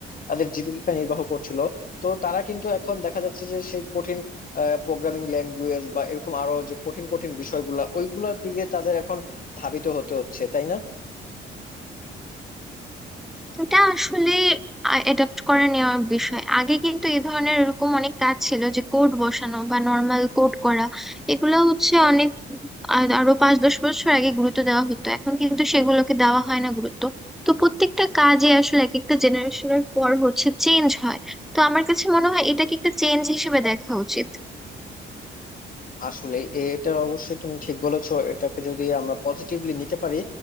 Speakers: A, on the left (about 45°); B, in the centre.
A: তাদের জীবিকা নির্বাহ করছিল তো তারা কিন্তু এখন দেখা যাচ্ছে যে সেই কঠিন প্রোগ্রামিং ল্যাঙ্গুয়েজ বা এরকম আরো যে কঠিন কঠিন বিষয়গুলা ওইগুলোর দিকে তাদের এখন ধাবিত হতে হচ্ছে তাই না
B: এটা আসলে অ্যাডাপ্ট করে নেওয়ার বিষয় আগে কিন্তু এই ধরনের এরকম অনেক কাজ ছিল যে কোড বসানো বা নর্মাল কোড করা এগুলো হচ্ছে অনেক আর- আরো পাঁচ দশ বছর আগে গুরুত্ব দেওয়া হতো এখন কিন্তু সেগুলোকে দেওয়া হয় না গুরুত্ব তো প্রত্যেকটা কাজে আসলে এক একটা জেনারেশনের পর হচ্ছে চেঞ্জ হয় তো আমার কাছে মনে হয় এটাকে একটা চেঞ্জ হিসেবে দেখা উচিত
A: আসলে এটা অবশ্যই তুমি ঠিক বলেছো এটাকে যদি আমরা পজিটিভলি নিতে পারি